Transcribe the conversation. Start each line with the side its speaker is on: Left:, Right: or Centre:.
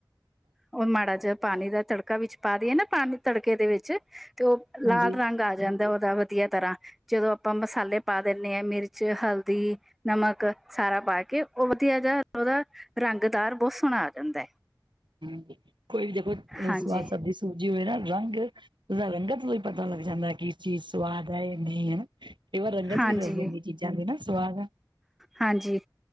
Centre: ਉਹ ਮਾੜਾ ਜਿਆ ਪਾਣੀ ਦਾ ਤੜਕਾ ਵਿੱਚ ਪਾ ਦੀਏ ਨਾ ਪਾਣੀ ਤੜਕੇ ਦੇ ਵਿੱਚ ਤੇ ਉਹ ਲਾਲ
Right: ਹਾਂਜੀ।
Centre: ਰੰਗ ਆ ਜਾਂਦਾ ਉਹਦਾ ਵ ਵਧੀਆ ਤਰ੍ਹਾਂ ਜਦੋਂ ਆਪਾਂ ਮਸਾਲੇ ਪਾ ਦਿੰਦੇ ਹਾਂ ਮਿਰਚ, ਹਲਦੀ ਨਮਕ ਸਾਰਾ ਪਾ ਕੇ ਉਹ ਵਧੀਆ ਜਿਹਾ ਉਹਦਾ ਰੰਗਦਾਰ ਬਹੁਤ ਸੋਹਣਾ ਆ ਜਾਂਦਾ ਹੈ।
Right: ਹਮ ਕੋਈ ਵੀ ਦੇਖੋ
Centre: ਹਾਂਜੀ
Right: ਸਵਾਦ ਸਬਜੀ ਸੂਜੀ ਹੋਏ ਨਾ ਰੰਗ ਉਹਦਾ ਰੰਗਤ ਹੀ ਪਤਾ ਲੱਗ ਜਾਂਦਾ ਕਿ ਇਸ ਚੀਜ਼ ਸਵਾਦ ਹੈ ਨਹੀਂ ਹਨਾ ਕਈ ਵਾਰ ਰੰਗਤ
Centre: ਹਾਂਜੀ
Right: ਵੀ ਦੱਸ ਦਿੰਦੀ ਚੀਜ਼ਾਂ ਦੇ ਨਾ ਸਵਾਦ ਆ।
Centre: ਹਾਂਜੀ।